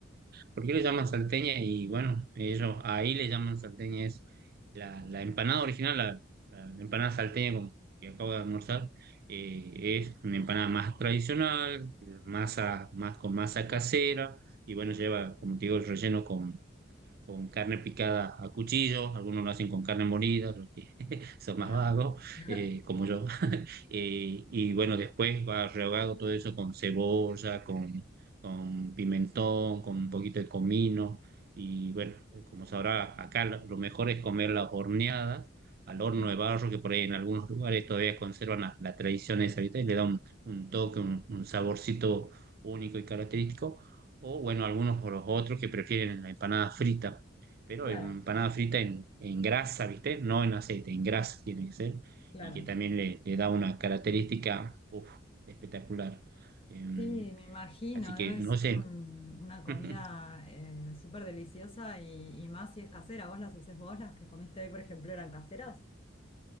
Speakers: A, on the right (about 50°); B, on the left (about 30°).
A: ¿Por qué le llaman salteña? Y bueno, ellos ahí le llaman salteña, es la, la empanada original, la, la empanada salteña con- que acabo de almorzar, eh, es una empanada más tradicional, masa, más con masa casera, y bueno, lleva, como te digo, el relleno con carne picada a cuchillo, algunos lo hacen con carne molida, los que <laughs> son más
B: Ah.
A: vagos,
B: <laughs>
A: eh, como yo. <laughs> Eh, y bueno, después va rehogado todo eso con cebolla, con, con pimentón, con un poquito de comino. Y bueno, como sabrá, acá lo lo mejor es comer las horneadas al horno
B: Sí,
A: de barro, que por ahí en algunos lugares todavía conservan la, la tradición esa, ¿viste? Y le da un, un toque, un un saborcito único y característico o bueno, algunos o los otros que prefieren la empanada frita, pero
B: claro,
A: empanada frita en, en grasa, ¿viste? No en aceite, en grasa tiene que ser,
B: claro.
A: y que también le, le da una característica uf, espectacular. Em,
B: Sí, me imagino,
A: así que
B: debe
A: no
B: ser
A: sé.
B: un- una comida
A: <laughs>
B: eh, súper deliciosa y, y más si es casera. ¿Vos las haces vos? Las que comiste hoy, por ejemplo, eran caseras.